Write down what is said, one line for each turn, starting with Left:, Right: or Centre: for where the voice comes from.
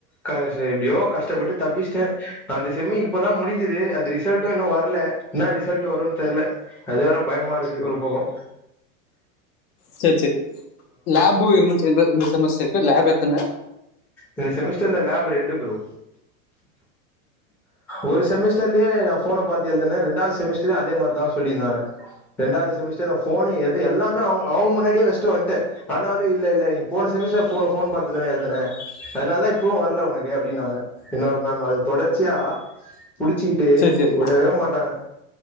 Centre: க எப்படியோ கஷ்டப்பட்டு தப்பிச்சேன் அந்த செம்மி இப்பதான் முடிசது அந்த ரிசல்ட்டும் இன்னும் வரல என்ன ரிசல்ட் வரும் தெரில அது வேற பயமா இருக்கு ஒரு பகம்
Left: சரி சரி லாபும் இருந்துச்சு இந்த செமஸ்டர் லாப் எத்தனை
Centre: இந்த செமிஸ்டர்ல லேப் ரெண்டு ப்ரோ ஒரு செமிஸ்டர்ரிலேயே போனை பாத்து எழுதினேன் இண்டாவது செமிஸ்டர் அதே மாதிரி தான் சொல்லியிருந்தாங்க ரெண்டாவது செஸ்ட போனு எது எல்லாமே அவங்க அவங்க முன்னாடியே வெஸ்ட வந்து ஆனாலும் இல்ல இல்ல நீ போன செமஸ்டர் போன் பாத்துதானே எழுன அதனால தான் இப்பவும் வரல உனக்கு அப்படின்னாங்க இன்னொரு மேம் அது தொடர்ச்சியா புடிச்சுக்கிட்டு
Left: சரி சரி
Centre: உடவே மாட்டாங்க